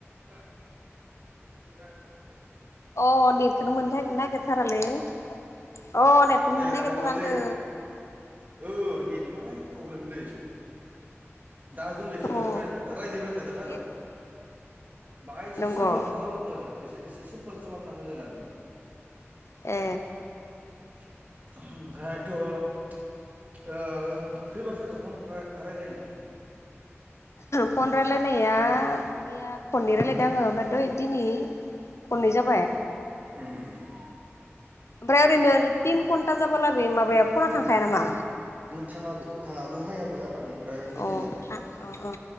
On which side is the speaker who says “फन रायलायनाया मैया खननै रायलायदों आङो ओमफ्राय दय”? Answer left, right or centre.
Left